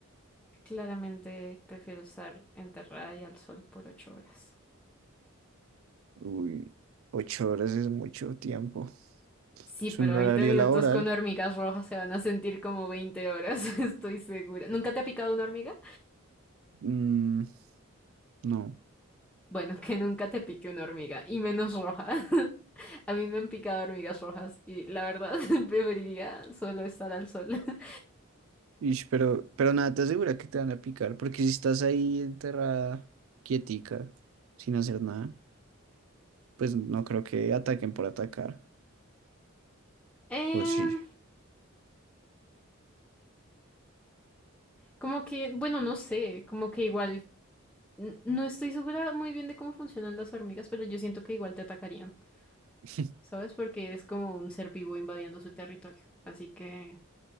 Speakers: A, in the centre; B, on the right (about 70°).
A: claramente prefiero estar enterrada y al sol por ocho horas.
B: uy, ocho horas es mucho tiempo.
A: Sí,
B: Es
A: pero
B: un horario
A: 20 minutos
B: laboral.
A: con hormigas rojas se van a sentir como 20 horas, <laughs> estoy segura. ¿Nunca te ha picado una hormiga?
B: Mm, no.
A: Bueno, que nunca te pique una hormiga, y menos roja. <laughs> A mí me han picado hormigas rojas y la verdad <laughs> preferiría solo estar al sol. <laughs>
B: Ish, pero, pero nada, te asegura que te van a picar, porque si estás ahí enterrada, quietica, sin hacer nada. Pues no creo que ataquen por atacar.
A: Em,
B: O sí.
A: como que, bueno, no sé, como que igual N- No estoy segura muy bien de cómo funcionan las hormigas, pero yo siento que igual te atacarían,
B: <laughs>
A: ¿sabes? Porque es como un ser vivo invadiendo su territorio. Así que